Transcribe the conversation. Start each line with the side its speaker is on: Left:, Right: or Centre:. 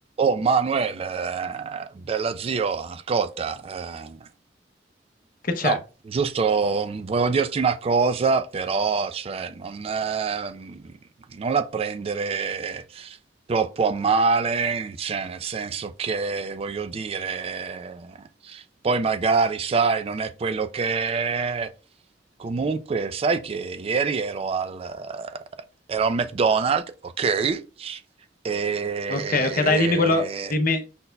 Right: Oh Manuel, eh, bella zio, ascolta, eh,
Left: Che c'è?
Right: no, giusto, mm, volevo dirti una cosa, però, cioè, non, ehm, non la prendere troppo a male, cioè, nel senso che, voglio dire, poi magari, sai, non è quello che è, Comunque, sai che ieri ero al, ero al McDonald's, ok? E,
Left: Ok, ok, dai, dimmi quello, dimmi,